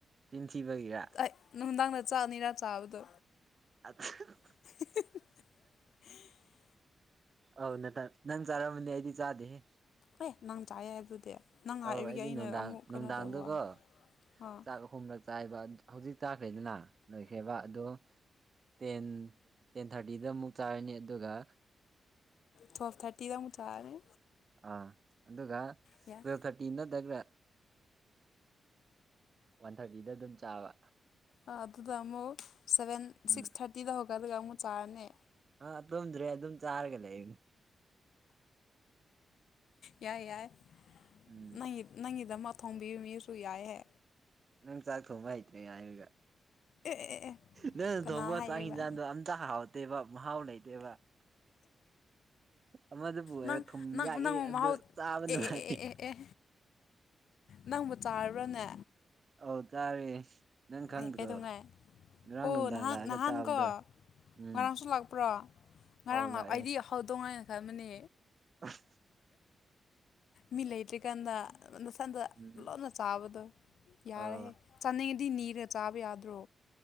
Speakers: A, on the right; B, on the left.
A: ꯆꯤꯟꯊꯤꯕꯒꯤꯔ
B: ꯑꯩ ꯅꯨꯡꯗꯥꯡꯗ ꯆꯥꯛ ꯑꯅꯤꯔꯥ ꯆꯥꯕꯗꯣ
A: <unintelligible>
B: <unintelligible>
A: ꯑꯥꯎ ꯅꯇꯟ ꯅꯟ ꯆꯔꯃꯅꯤ ꯑꯩꯗꯤ ꯆꯥꯗꯦꯍꯦ
B: ꯑꯩ ꯅꯪ ꯆꯥꯏꯑꯦ ꯍꯥꯏꯕꯗꯨꯗꯤ ꯅꯪ ꯍꯥꯏꯕꯒꯤ
A: ꯑꯧ ꯑꯩꯗꯤ
B: ꯑꯩꯅ
A: ꯅꯨꯡꯗꯥꯡ
B: ꯑꯃꯨꯛ ꯀꯩꯅꯣ
A: ꯅꯨꯡꯗꯥꯡꯗꯨꯒꯣ
B: ꯇꯧꯕ ꯋꯥꯅꯤ ꯑꯥ
A: ꯆꯥꯛ ꯑꯍꯨꯝꯔꯛ ꯆꯥꯏꯕ ꯍꯧꯖꯤꯛ ꯆꯥꯛꯈ꯭ꯔꯦꯗꯅ ꯅꯣꯏꯈ꯭ꯔꯦꯕ ꯑꯗꯣ ꯇꯦꯟ ꯇꯦꯟ ꯊꯥꯔꯇꯤꯗ ꯑꯃꯨꯛ ꯆꯥꯔꯅꯤ ꯑꯗꯨꯒ
B: ꯊꯣꯞ ꯊꯔꯇꯤꯗ ꯑꯃꯨ ꯆꯥꯔꯅꯤ
A: ꯑ ꯑꯗꯨꯒ
B: ꯌꯥꯏ
A: ꯇꯨꯌꯦꯜꯞ ꯊꯥꯔꯇꯤꯟ ꯅꯠꯇꯒ꯭ꯔ ꯋꯥꯟ ꯊꯥꯔꯇꯤꯗ ꯑꯗꯨꯝ ꯆꯥꯕ
B: ꯑ ꯑꯗꯨꯗ ꯑꯃꯨꯛ ꯁꯚꯦꯟ
A: ꯎꯝ
B: ꯁꯤꯛꯁ ꯊꯥꯔꯇꯤꯗ ꯍꯧꯒꯠꯂꯒ ꯑꯃꯨꯛ ꯆꯥꯔꯅꯤ
A: ꯑ ꯇꯨꯝꯗ꯭ꯔꯦ ꯑꯗꯨꯝ ꯆꯥꯔꯒ ꯂꯩꯅꯦ
B: ꯌꯥꯏ ꯌꯥꯏ
A: ꯎꯝ
B: ꯅꯪꯒꯤ ꯅꯪꯒꯤꯗꯃ ꯊꯣꯝꯕꯤꯕ ꯃꯤꯁꯨ ꯌꯥꯏꯍꯦ
A: ꯅꯪ ꯆꯥꯛ ꯊꯣꯡꯕ ꯍꯩꯇ꯭ꯔꯦ ꯍꯥꯏꯕꯒꯤ
B: ꯑꯦ ꯑꯦ ꯑꯦ
A: ꯅꯪꯅ
B: ꯀꯅꯥ
A: ꯊꯣꯡꯕ
B: ꯍꯥꯏꯔꯤꯕ
A: ꯆꯥꯛ ꯏꯟꯖꯥꯡꯗꯣ ꯑꯝꯇ ꯍꯥꯎꯇꯦꯕ ꯃꯍꯥꯎ ꯂꯩꯇꯦꯕ ꯑꯃꯗꯕꯨ ꯑꯣꯏꯔꯣ
B: ꯅꯪ
A: ꯊꯨꯝ
B: ꯅꯪ
A: ꯌꯥꯛꯑꯦ
B: ꯅꯪ
A: ꯑꯗꯨ
B: ꯃꯍꯥꯎ
A: ꯆꯥꯕ ꯅꯨꯡꯉꯥꯏꯇꯦ
B: ꯑꯦ ꯑꯦ ꯑꯦ ꯑꯦ ꯑꯦ ꯅꯪꯕꯨ ꯆꯥꯔꯨꯨꯕꯔꯅꯦ
A: ꯑꯧ ꯇꯥꯔꯦ ꯅꯪ ꯈꯪꯗ꯭ꯔꯣ
B: ꯑꯦ ꯀꯩꯗꯧꯉꯩ
A: ꯉꯔꯥꯡ
B: ꯑꯣ
A: ꯅꯨꯡꯗꯥꯡ
B: ꯅꯍꯥꯟ
A: ꯂꯥꯛꯑꯒ
B: ꯅꯍꯥꯟꯀꯣ
A: ꯆꯥꯕꯗꯣ ꯎꯝ
B: ꯉꯔꯥꯡꯁꯨ ꯂꯥꯛꯄ꯭ꯔꯣ ꯉꯔꯥꯡ
A: ꯑꯧ ꯂꯥꯛꯑꯦ
B: ꯑ ꯑꯩꯗꯤ ꯍꯧꯗꯣꯡ ꯍꯥꯏꯅ ꯈꯟꯕꯅꯦ
A: ꯑ
B: ꯃꯤ ꯂꯩꯇ꯭ꯔꯤꯀꯥꯟꯗ ꯅꯁꯟꯗ
A: ꯎꯝ
B: ꯂꯣꯟꯅ ꯆꯥꯕꯗꯣ ꯌꯥꯔꯦꯍꯦ
A: ꯑꯧ
B: ꯆꯥꯅꯤꯡꯉꯤꯗꯤ ꯅꯤꯔ ꯆꯥꯕ ꯌꯥꯗ꯭ꯔꯣ